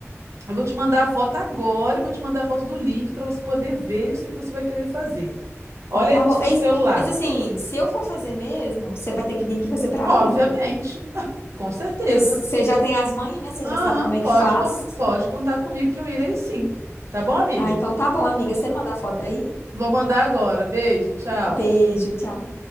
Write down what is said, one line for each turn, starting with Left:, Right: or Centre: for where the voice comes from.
Right: Eu vou te mandar a foto agora, eu vou te mandar a foto do link para você poder ver. Eu sei que você vai querer fazer. Olha
Left: Então tá
Right: aí no
Left: bom.
Right: seu
Left: Aí,
Right: celular.
Left: mas assim, se eu for fazer mesmo, você vai ter que vir aqui fazer pra
Right: Obviamente,
Left: mim, ué.
Right: <laughs> com certeza.
Left: Porque você já tem as manhas, né? Você
Right: Aham,
Left: já sabe como
Right: pode,
Left: é que faz.
Right: cont- pode contar comigo que eu irei sim. Tá bom, amiga?
Left: Ah, então tá bom, amiga. Você manda a foto aí.
Right: Vou mandar agora. Beijo, tchau.
Left: Beijo, tchau.